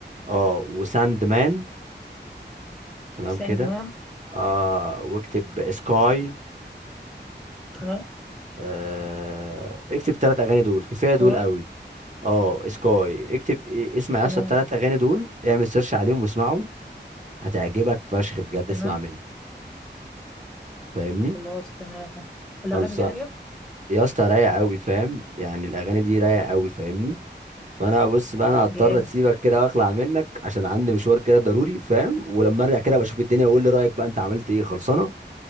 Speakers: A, on the right; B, in the centre.
A: اه وساند مان تمام
B: سان
A: كده
B: تمام
A: اه واكتب سكاي
B: تمام
A: آه اكتب ثلاث اغاني دول كفايه دول
B: كوي
A: قوي اه سكاي اكتب إيه- اسمع يا
B: تمام
A: اسطى الثلاث اغاني دول اعمل سيرش عليهم واسمعهم هتعجبك فشخ بجد
B: تمام
A: اسمع مني فاهمني
B: خلاص تمام والاغاني
A: خلصان
B: دي هاديه
A: يا اسطى رايقه قوي فاهم يعني الاغاني دي رايقه قوي فاهمني فانا بص بقى انا هضطر
B: جامد
A: اسيبك كده واخلع منك عشان عندي مشوار كده ضروري فاهم ولما ارجع كده بشوف الدنيا واقول لي رايك بقى انت عملت ايه خلصانه